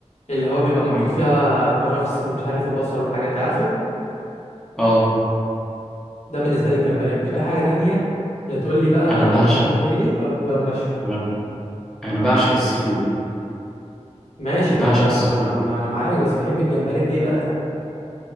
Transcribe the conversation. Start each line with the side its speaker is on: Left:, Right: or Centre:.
Left: اللي هو بيبقى محطوط
Centre: مم.
Left: فيها كرفس مش عارف وبصل والحاجات دي عارفه
Centre: اه
Left: ده بالنسبه لي الجمبري يا باشا اي حاجه تانية لا تقول لي بقى
Centre: انا بعشق
Left: مش عارف ايه ولا ولا مشوي
Centre: انا انا بعشق السي فود
Left: ماشي
Centre: بعشق
Left: ما انت
Centre: السي فود
Left: ما انا معاك بس بتحب الجمبري بايه بقى